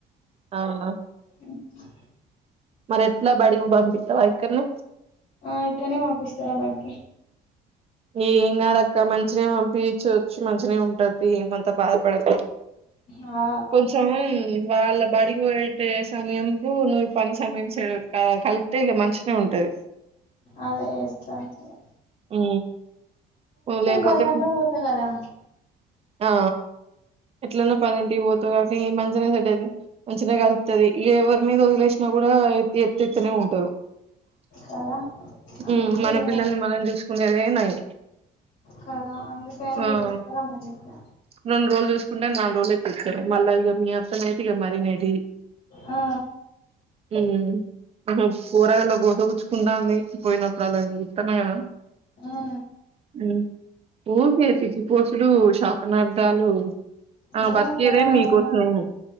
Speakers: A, on the right; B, on the left.
A: అవున
B: హుహ్
A: మరి ఎట్లా బడికి పంపిత్తవా ఇక్కన్నే.
B: ఆ ఇక్కనే పంపిస్తారా బడికి
A: ఎం కాదు అక్క మంచిగనే పంపిచచ్చు, మంచిగనే ఉంటది తీ ఏమంతా బాధపడకు.
B: ఆ
A: కొంచెం వాళ్ళ బడికి పోయటే సమయంకు నువ్వు పని సమయం సేమ్ కలిత్తె ఇగ మంచి గనే ఉంటది.
B: అదే ఎస్తా ఇక్కడ
A: హ్ లేపోతే
B: పది గంటలకు పోతా కదా
A: ఆ ఎట్లన్నా పదింటికి పోతవు మంచిగనే సెట్ అయితది మంచిగనే కల్తది. ఎవరి మీద వదిలేసిన కూ డా ఎ ఎతెత్తనే ఉంటరు.
B: కదా
A: హ్మ్
B: అందుకే
A: మన
B: ఇగ
A: పిల్లల్ని మనం చూసుకునేదే నయం,
B: కదా అందుకని
A: హ్మ్
B: ఇగ తీసుకురమ్మని చెప్పిన
A: రెండు రోజులు చూసుకుంటరు నాలుగు రోజులు ఎత్తెత్తరు. హలో ఇగా మీ అత్తనై తే ఇగా మరి మే ది
B: ఆ
A: హ్మ్ ఆ పోరగాల్ల గోస పుచ్చుకుంటాంది. పోయినప్పుడల్లా ఇగ చూత్తన కదా
B: ఆ
A: హ్మ్ ఊకే తిట్టి పోసుడు, శాపనార్థాలు ఆ
B: ఏ
A: బతికేదే
B: ఘోరమైన
A: మీకోసం
B: మాట